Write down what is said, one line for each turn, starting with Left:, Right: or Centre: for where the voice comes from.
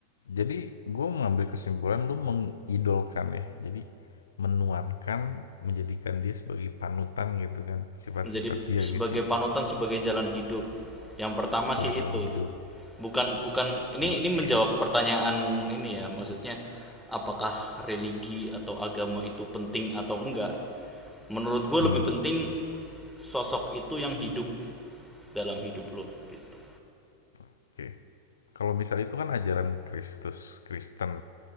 Left: jadi gue mengambil kesimpulan lu mengidolkan ya, jadi menuankan, menjadikan dia sebagai panutan gitu kan, sifat-sifat
Centre: menjadi
Left: dia
Centre: sebagai
Left: gitu ya,
Centre: panutan sebagai jalan hidup yang pertama
Left: sebagai
Centre: sih
Left: jalan
Centre: itu
Left: hidup.
Centre: bukan bukan ini
Left: Oke,
Centre: ini menjawab pertanyaan ini ya maksudnya apakah religi atau agama itu penting atau enggak menurut gue
Left: mmm,
Centre: lebih penting sosok itu yang hidup dalam hidup lo gitu
Left: oke. Kalau misalnya itu kan ajaran Kristus Kristen,